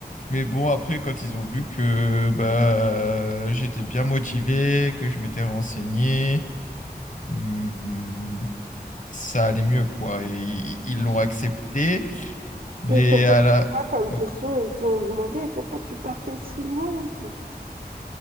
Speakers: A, on the left; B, on the right.
A: Mais bon, après, quand ils ont vu que bah j'étais bien motivé, que je m'étais renseigné, hum, hum, ça allait mieux, quoi. Et ils ils l'ont accepté. Et
B: Et ils t'ont posé
A: à la...
B: quoi comme
A: donc,
B: question? Ils t'ont demandé pourquoi tu partais si loin, enfin.